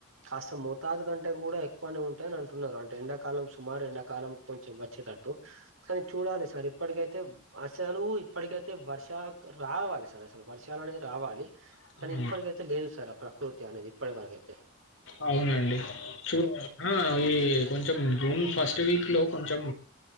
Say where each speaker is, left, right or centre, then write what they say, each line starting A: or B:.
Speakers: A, on the right (about 80°); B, on the left (about 70°).
A: కాస్త మోతాదు కంటే కూడా ఎక్కువనే ఉంటాయని అంటు అంటే ఎండాకాలం సుమారు ఎండాకాలం కొంచెం వచ్చేటట్టు. కానీ చూడాలి సార్ ఇప్పటికైతే అసలు ఇప్పటికైతే. అయితే వర్ష రావాలి సార్ అసలు వర్షాలు అనేది రావాలి
B: ఓకే
A: కానీ ఇప్పటికైతే లేదు సార్. ప్రకృతి అనేదిప్పటీ వరకైతే.
B: అవునండి చూ ఆహ్ ఈ కొంచెం జూన్. ఫస్ట్ వీక్ లో కొంచెం